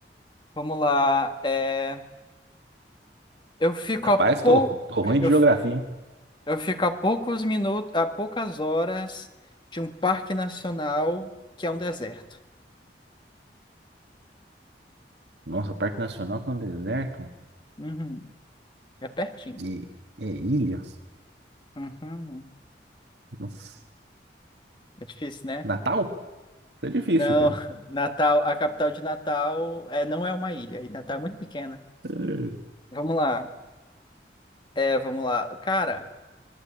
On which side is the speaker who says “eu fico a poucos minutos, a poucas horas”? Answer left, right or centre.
Left